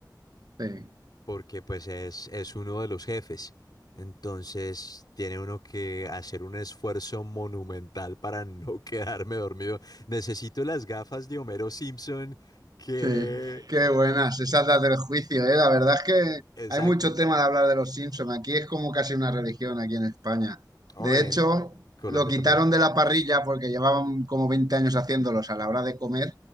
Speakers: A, on the right; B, on the left.
A: sí,
B: porque pues es, es uno de los jefes. Entonces tiene uno que hacer un esfuerzo monumental para no <laughs> quedarme dormido. Necesito las gafas de Homero Simpson que...
A: sí. Qué buenas, esas las del juicio, ¿eh? La verdad es que
B: Exacto.
A: hay mucho tema de hablar de los Simpson. Aquí es como casi una religión aquí en España.
B: O
A: De
B: en
A: hecho,
B: Colombia
A: lo quitaron
B: también.
A: de la parrilla porque llevaban como 20 años haciéndolos a la hora de comer